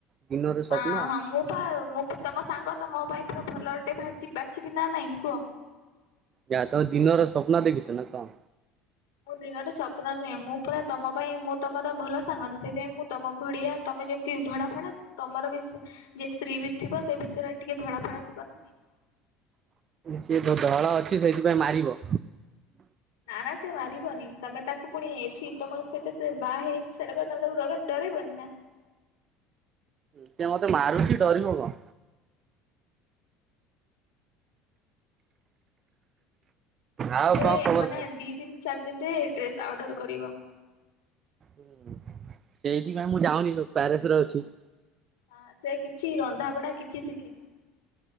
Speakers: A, on the right; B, on the left.
A: ଦିନର ସ୍ୱପ୍ନ
B: ହଁ ହଁ ମୁଁ ପା ମୁଁ ପା ତମ ସାଙ୍ଗ ତମେ ମୋ ପାଇଁ ପୁରା ଭଲଟେ ଭାଚି ବାଛିିବି ନା ନାଇଁ କୁଅ?
A: ଯା ତ ଦିନର ସ୍ୱପ୍ନ ଦେଖୁଛ ନା କଣ?
B: ମୁଁ ଦିନରେ ସ୍ୱପ୍ନ ନୁହେଁ ମୁଁ ପୁରା ତମ ପାଇଁ ମୁଁ ତମର ଭଲ ସାଙ୍ଗ ନା ସେଥିପାଇଁ ମୁଁ ତମ ବଢିଆ ତ ତମେ ଯେମିତି ଧଡ଼ା ଫଡ଼ା ତମର ବି ଯିଏ ସ୍ତ୍ରୀ ବି ଥିବ ସେ ଭିତରେ ଟିକେ ଧଡ଼ା ଫଡ଼ା ଥିବ ନା ନାଇଁ।
A: ସିଏ ଯୋଉ ଧଳ ଅଛି ସେଇଥିପାଇଁ ମାରିବ।
B: ନା ନା ସିଏ ମାରିବନି ତମେ ତାକୁ ପୁଣି ଏଠି ତମ ସହିତ ସେ ବାହା ହେଇ ସାରିଲା ପରେ ତାକୁ ତମେ ଡବନି ଡରେଇବନି ନା?
A: ସେ ମତେ ମାରୁଛି ଡରିବ କଣ? ଆଉ
B: ସେ
A: କଣ ଖବର
B: ମାନେ
A: କହ?
B: ଦି ଦିନ ଚାରି ଦିନରେ ଡ୍ରେସ୍ ଅର୍ଡର କରିବ।
A: ହଁ ସେଇଥିପାଇଁ ମୁଁ ଯାଉନି ପ୍ୟାରିସ ରେ ଅଛି।
B: ହ ସେ କିଛି ରନ୍ଧାପଢା କିଛି ଶିଖିନି।